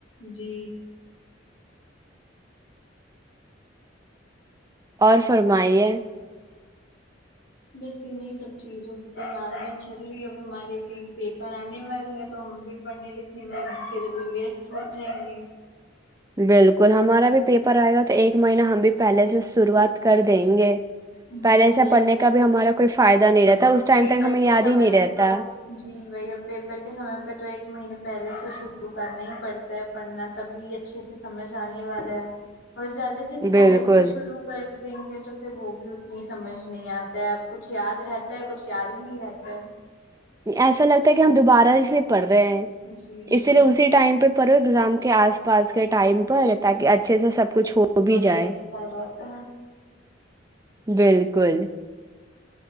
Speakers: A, on the left; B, on the right.
A: جی
B: اور فرمائیے
A: بسے نہیں سب چیزوں کیت جا رہی ہیں چل رہی ہے بیماری بھی پیپر آ پڑنے والے ہیں تو بھی پڑھنے لکھنے میں پھر بی ہو جائیں گے
B: بالکل ہمارا بھی پیپر آئے گا تو ایک مہین ہم بھی پہلے سے شروعات کر دیں گے پہلے
A: جی
B: ایسا پڑھنے
A: اب
B: کا بھی ہمارا کوئی فائدہ نہیں رہتا اس
A: اب
B: ٹائم
A: پیپر
B: تک ہمیں
A: کے
B: یاد
A: سمے
B: ہی نہیں رہتا
A: پہ تو جی وہی اب پیپر کے سمے پہ تو ایک مہینے پہلے سے شروع کرنا ہی پڑتا ہے پڑھنا تبھی اچھے سے سمجھ آنے والا ہے اور زیادہ دن پہلے
B: بالکل
A: سے بھی شروع کر دیں گے تو پھر وہ بھی اتنی سمجھ نہیں آتا ہے اب کچھ یاد رہتا ہے کچھ یاد ہی نہیں رہتا ہے
B: ایسا لگتا ہے کہ ہم دوبارہ ج سے پڑ رہے ہیں
A: جی
B: اسی لیے اسی ٹائم پہ پر ایزام کے آس پاس کے ٹائم پر تاکہ اچھے سے سب کچھ ہو بھی
A: وہی
B: جائے
A: اچھا رہتا ہے
B: بالکل